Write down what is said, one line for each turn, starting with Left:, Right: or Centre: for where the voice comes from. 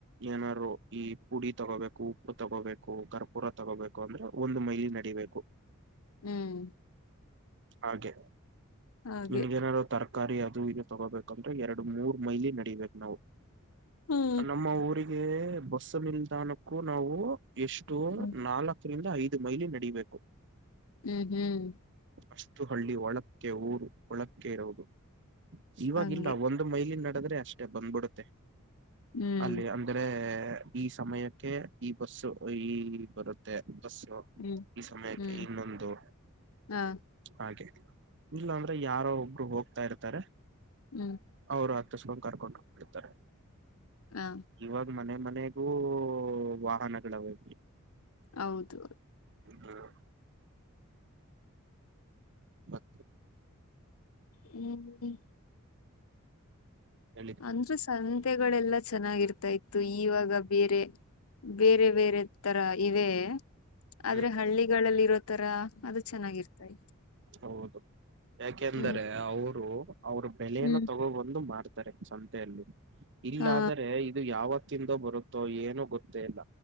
Right: ಏನಾದ್ರು ಈ ಪುಡಿ ತಗೋಬೇಕು ಉಪ್ಪು ತಗೋಬೇಕು ಕರ್ಪೂರ ತಗೋಬೇಕು ಅಂದ್ರೆ. ಒಂದು ಮೈಲಿ ನಡೀಬೇಕು.
Left: ಹ್ಮ್.
Right: ಹಾಗೆ
Left: ಹಾಗೆ
Right: ನಿನ್ಗೇನಾರ್ ತರಕ್. ಗಾಡಿ ಅದು ಇದು ತಗೋಬೇಕಂದ್ರೆ ಎರಡು ಮೂರ್ ಮೈಲಿ ನಡಬೇಕ್ ನಾವ
Left: ಹ್ಮ್
Right: ನಮ್ಮ ಊರಿಗ್ ಗೆ ಬಸ್ ನಿಲ್ದಾಣಕ್ಕೂ ನಾವು ಎಷ್ಟು
Left: ಹ್ಮ್
Right: ನಾಲಕ್. ದ್ರಿಂದ ಐದು ಮೈಲಿ ನಡೀಬೇಕು.
Left: ಹ್ಮ್ ಹ್ಮ್.
Right: ಅಷ್ಟು ಹಳ್ಳಿ ಒಳಕ್ಕೆ ಊರು ಒಳಕ್ಕೆ ಇರೋದು ಇವಾಗಿಲ್ಲ
Left: ಹಂಗೆ
Right: ಒಂದ್. ಒಂದು ಮೈಲಿ ನಡೆದ್ರೆ ಅಷ್ಟೇ ಬಂದ್ಬಿಡುತ್ತೆ
Left: ಹ್ಮ್
Right: ಅಲ್ಲಿ. ಅಂದ್ರೆ ಈ ಸಮಯಕ್ಕೆ ಈ ಬಸ್ಸು ಈ ಬರುತ್ತೆ ಬಸ್ಸು.
Left: ಹ್ಮ್
Right: ಈ ಸಮಯಕ್ಕೆ
Left: ಹ್ಮ್
Right: ಇನ್ನೊಂದು
Left: ಹಾ.
Right: ಹಾಗೆ ಇಲ್ಲಾಂದ್ರೆ ಯಾರೋ ಒಬ್ರು ಹೋಗ್ತಾ ಇರ್ತಾರೆ.
Left: ಹ್ಮ್.
Right: ಅವರು ಅತ್ತುಸ್ಕೊಂಡ ಕರ್ಕೊಂಡು ಹೋಗ್ಬಿಡ್ತಾರೆ.
Left: ಹಾ.
Right: ಇವಾಗ ಮನೆ ಮನೆಗೂ ವಾಹನಗಳಾವೇ.
Left: ಹೌದು.
Right: <inaudible> ಮತ್ತ.
Left: ಹ್ಮ್.
Right: ಹೇಳಿ.
Left: ಮುಂಚೆ ಸಂತೆಗಳೆಲ್ಲಾ ಚೆನ್ನಾಗಿರ್ತಾ ಇತ್ತು ಇವಾಗ ಬೇರೆ. ಬೇರೆ ಬೇರೆ ತರ ಇವೆ ಆದ್ರೆ
Right: ಹ್ಮ್
Left: ಹಳ್ಳಿಗಳಲ್ಲಿರೋ, ತರ ಅದು ಚೆನ್ನಾಗಿರ್ತ ಇತ್ತು.
Right: ಹೌದು ಯಾಕೆಂದರೆ
Left: ಹ್ಮ್
Right: ಅವರು ಅವ್ರ ಬೆಳೆಯನ್ನ
Left: ಹ್ಮ್
Right: ತಗೋಬಂದು ಮಾಡತ್. ರೆ ಸಂತೆಯಲ್ಲಿ ಇಲ್ಲಾದರೆ.
Left: ಹಾ
Right: ಯಾವತ್ತಿಂದೋ ಬರುತ್ತೋ ಏನು ಗೊತ್ತೇ ಇಲ್ಲ